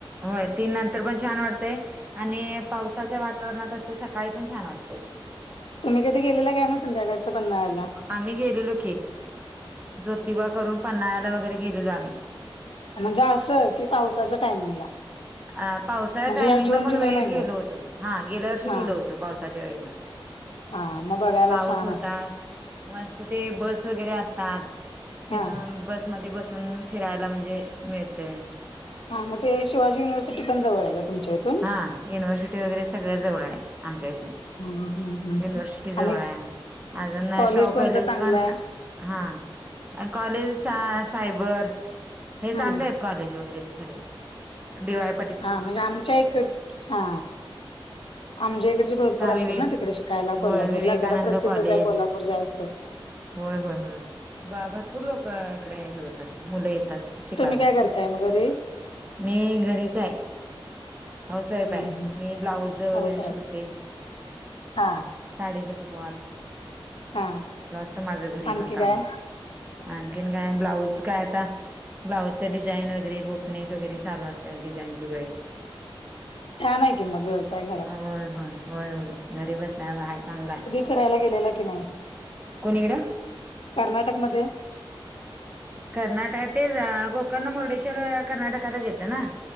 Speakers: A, on the right; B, on the left.
A: होय तीन नंतर पण छान वाटतेंय आणि पावसाच्या वातावरणात असं सकाळी पण छान वाटते
B: तुम्ही कधी गेलेला काय मग संध्याकाळचं पन्नाळा्याला
A: आम्ही गेलेलो की. ज्योतिबा करून पन््हाला वगैरे गेलेलो आम्ही
B: म्हणजे असं कि पावसाच्या टायमिंगला
A: अ पावसाच्या
B: म्हणजे
A: टायमिंगला
B: या जून
A: पण
B: जुलै
A: वेळेत
B: महिन्यात
A: गेलो होतो हा गेल्या वर्षी
B: हा
A: गेलो होतो पावसाच्या वेळेला
B: हा मग बघायला
A: पाऊस
B: छान
A: होता
B: असेल
A: मस्त ते बस वगैरे असतात तेथून
B: हा
A: बस मध्ये बसून फिरायला म्हणजे मिळतय
B: हा मग ते शिवाजी युनिव्हर्सिटी पण जवळ आहे का तुमच्या इथून
A: हा युनिव्हर्सिटी वगैरे सगळ्या जवळ आहे आमच्या इथून
B: हम्म हम्म हम्म
A: युनिव्हर्सिटी जवळ
B: आणि
A: अजून
B: कॉलेज
A: शाह
B: कोणतं
A: पॅलेस
B: चांगलं
A: वन
B: आहे
A: हा कॉलेज सायबर हे चांगले
B: हम्म
A: आहेत कॉलेज वगैरे ख दिवाळी
B: हा म्हणजे आमच्या इकड हा आमच्या इडचे भरपूर
A: चा
B: असतात
A: विवेक
B: ना तिकडे शिकायला
A: होय
B: कोल्हापूरला
A: विवेकानंद
B: जरा प्रसिद्धच
A: कॉलेज
B: आहे कोल्हापूर र जायज का
A: होय होय होय भरपूर लोक इकडे हे होतात मुलं येतात शिकायला
B: तुम्ही काय करताय मग घरी
A: मी घरीच आहे होसय
B: हम्म
A: पाय
B: हम्म
A: मी ब्लाऊज वगैरे
B: हौसा
A: शिवते
B: हा
A: साडी विकवाल
B: हा
A: माझं घरी
B: आणखी
A: पण काम
B: काय
A: आणखीन काय ब्लाऊज काय आता ब्लाऊज डिझाईन वगैरे बोटनेक वगैरे चालू असतात डिझाईनचीकडे
B: छान आहे की मग व्यवसाय घरात
A: होय होय होय होय घरी बसल्या आहे चांगलाय
B: करायला गेलेला कि नाही
A: कोणीड
B: कर्नाटकमध्येध्ये
A: कर्नाटकात तेच गोकर्ण मुर्डेश्वर कर्नाटकातच येतं ना